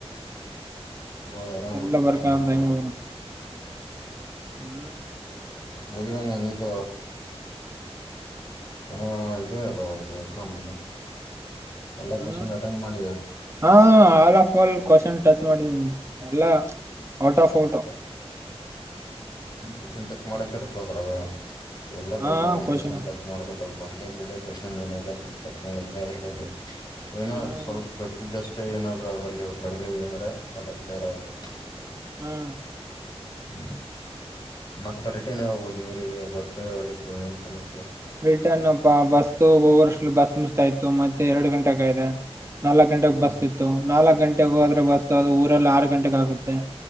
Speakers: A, on the left; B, on the right.
A: ಬಾಳ ಹೈರಾಣ
B: ಎಲ್ಲ
A: ಬಿಡ್ತದ
B: ಬರ್ಕನ್
A: ಮತ್ತ
B: ತಂಗಿ ಬರ ಹೂ
A: ಎದಮ ಎನಿತ ಪುನಃ ಇದೇ ಏನೋಪ್ಪ ಎಕ್ಸಾಮ್ ಎಲ್ಲ
B: ಹ್ಮ್
A: ಕ್ವನ್ ಅಟೆಂಡ ಮಾಡ
B: ಹಾ ಆಲ್ ಆಫ್ ಆಲ್ ಕ್ವನ್ ಟಚ್ ಮಾಡಿದೀನಿ ಎಲ್ಲ ಔಟ ಆಫ್ ಔಟೋ
A: ನ್ ಕ್ವನ್ ಟಚ್ ಮಾಡದ ಇರ್ತದ್ರಾಗ ಎಲ್ಲ
B: ಹಾ
A: ಕತ
B: ಕ್ವಶನ್
A: ಕ್ವನ್ ಟಚ್ ಮಾಡ್ಬೇಕಲ್ ಬರ್ಲಿ ಬಿಡ್ಲಿ ಕ್ವನ್ ಏನ ಸ್ವಲ್ಪ ಟಚ್ ಮಾಡಿದ್ರೆ ಅದ್ರ ಬಗ್ಗೆ ಏನಾದ್ರ್
B: ಹ್ಮ್
A: ಸ್ವಲ್ಪ ಗೊತ್ತಿದ್ದಷ್ಟು ಅಷ್ಟೇ ಏನಾದ್ರು ಅದ್ರಲ್ಲಿ ಬರ್ದೇವಿ ಅಂದ್ರೆ ಎಲ್ಲ ಕ್ಲಿಯೇರ್ ಆಗ್ಬಾರದು
B: ಹಾ
A: ಹೂ ಮತ್ತ ರಿಟನ್ ಆೋಗುವುದು ಇವರಿಗೆ ಬಸ್ ಆಗಿತ್ತು ಏನ್ ಸಮಸ್ಯೆ
B: ಬ್ರಿಟನ್ ಅಪ್ಪ ಬಸ್ ಹ ವರ್ಷ ಬಸ್ ಮುಿಸತಾ ಇತ್ತು ಮತ್ತೆ ಎರಡು ಗಂಟೆಗ ಇದೆ ನಾಲ್ಕಕ್ ಗಂಟೆಗೆಗ್
A: ಹ್ಮ್
B: ಬಸ್ ಇತ್ತು ನಾಲ್ಕಕ್ ಗಂಟೆ ಂ ಹೋದ್ರೆ ಬಸ್ ಅದು ಊರಲ್ಲಿ ಆರು ಗಂಟೆೆಗೆ ಆಗುತ್ತೆ